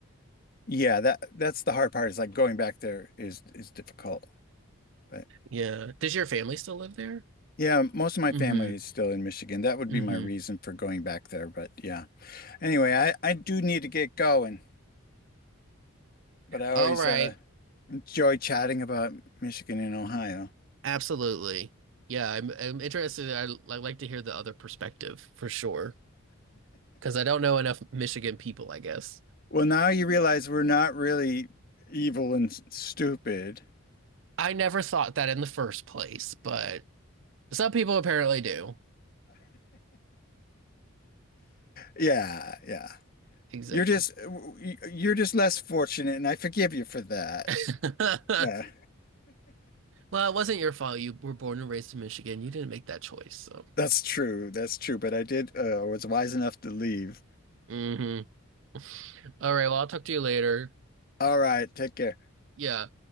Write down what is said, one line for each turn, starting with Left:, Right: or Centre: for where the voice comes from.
Left: Yeah, that that's the hard part is like going back there is is difficult. But
Right: yeah, does your family still live there?
Left: yeah, most of my
Right: Mm-hmm.
Left: family is still in Michigan. That would
Right: Mm-hmm.
Left: be my reason for going back there. But yeah. Anyway, I, I do need to get going. But I always
Right: All right.
Left: uh, enjoy chatting about Michigan and Ohio.
Right: Absolutely. Yeah, I'm, I'm interested. I, I like to hear the other perspective for sure. because I don't know enough Michigan people, I guess.
Left: Well, now you realize we're not really evil and s- stupid. <laughs>
Right: I never thought that in the first place, but some people apparently do.
Left: Yeah, yeah.
Right: Exactly.
Left: You're just you're just less fortunate, and I forgive you for that.
Right: <laughs> well,
Left: Yeah,
Right: it wasn't your fault. You were born and raised in Michigan. You didn't make that choice, so.
Left: that's true. That's true. But I did uh, was wise enough to leave.
Right: Mhm. <laughs> All right, well, I'll talk to you later.
Left: All right, take care.
Right: Yeah.